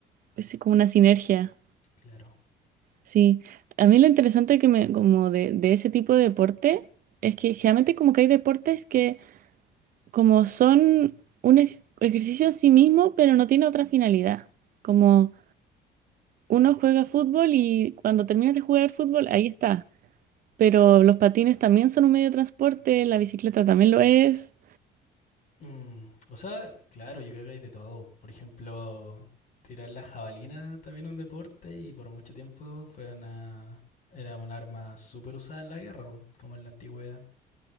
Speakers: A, on the right (about 55°); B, on the left (about 55°).
A: Es como una sinergia.
B: Claro.
A: Sí, a mí lo interesante que me, como de, de ese tipo de deporte es que generalmente como que hay deportes que como son un ej- ejercicio en sí mismo, pero no tiene otra finalidad. Como uno juega fútbol y cuando terminas de jugar fútbol, ahí está. Pero los patines también son un medio de transporte, la bicicleta también lo es.
B: Mm, o sea, claro, yo creo que hay de todo. Por ejemplo, tirar la jabalina también es un deporte y por mucho tiempo fue una, era un arma súper usada en la guerra, po, como en la antigüedad.